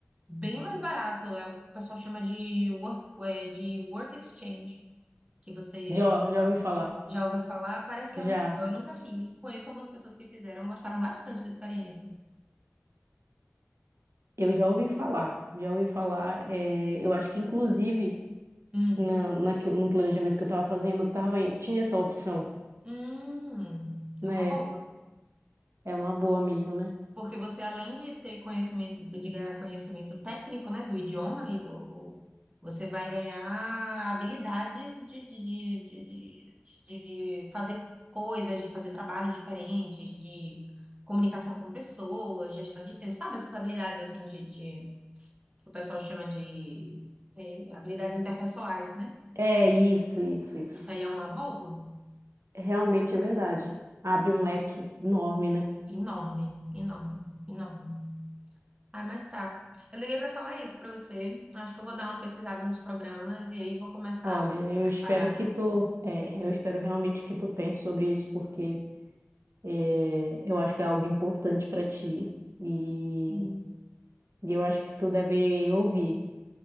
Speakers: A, on the right; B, on the right.
A: bem mais barato. É o que o pessoal chama de work, é, de work exchange, que você
B: Já, já ouvi falar.
A: já ouviu falar. Parece que
B: Já,
A: é muito legal. Eu nunca fiz. Conheço algumas pessoas que fizeram, gostaram bastante da experiência.
B: eu já ouvi falar. Já ouvi falar. é, eu acho que inclusive
A: Hum,
B: na, na, que- no planejamento que eu estava fazendo, eu tava, em- tinha essa opção,
A: hum,
B: né?
A: é uma boa.
B: É uma boa mesmo, né?
A: Porque você, além de ter conhecimento, de ganhar conhecimento técnico, né, do idioma e do, o- você vai ganhar habilidades de, de, de, de, de, de- de fazer coisas, de fazer trabalhos diferentes, de comunicação com pessoas, gestão de tempo, sabe? Essas habilidades, assim, de, de- que o pessoal chama de, eh, habilidades interpessoais, né?
B: É isso, isso, isso.
A: Isso aí é uma boa,
B: Realmente é verdade. Abre um leque enorme, né?
A: enorme, enorme, enorme. Ai, mas tá. Eu liguei pra falar isso pra você. Acho que eu vou dar uma pesquisada nos programas e aí vou começar
B: Olha,
A: a
B: eu
A: me preparar.
B: espero que tu, é, eu espero realmente que tu pense sobre isso, porque é, eu acho que é algo importante para ti e,
A: Hum,
B: e eu acho que tu deve ouvir,